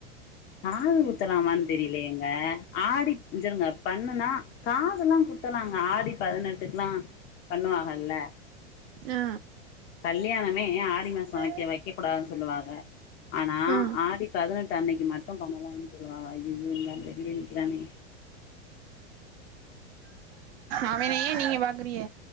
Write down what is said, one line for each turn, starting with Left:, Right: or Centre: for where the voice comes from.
Left: காது குத்தலாமான் தெரிலயேங்க ஆடி இஞ்சிருங்க பண்ணுனா காதுலா குத்தலாங்க ஆடி பதினெட்டுக்லா பண்ணுவாகல்ல
Right: ஆ
Left: கல்யாணமே ஆடி மாச வைக்க
Right: ஆ
Left: வைக்க கூடாதுன் சொல்லுவாக ஆனா
Right: ம்
Left: ஆடி பதினெட்டு அன்னைக்கு மட்டு பண்ணலானு சொல்லுவாவ ஐயயோ இந்த ஆள் வெளில நிக்கிறானே
Right: அவன ஏ நீங்க பாக்குறீக